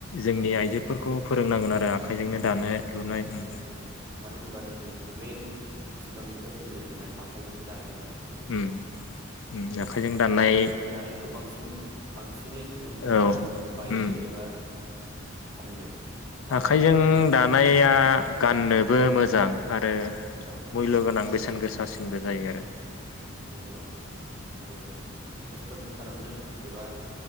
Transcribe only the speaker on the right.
सोंनांगोन
औ
आखायजों
दानो मानो होनबा जोंनि मइेन सिगांनिफ्राय सोलिबाय था थानाय आखाइजों दानाया <unintelligible>
ओ जों
आखाइजों दानायखौ बांसिन बांसि दिनै गोहोम होनानै
बायनो
एबा फाननो ना
औ
बेनो औ आरो रं खोस्थोम खालामनो एबा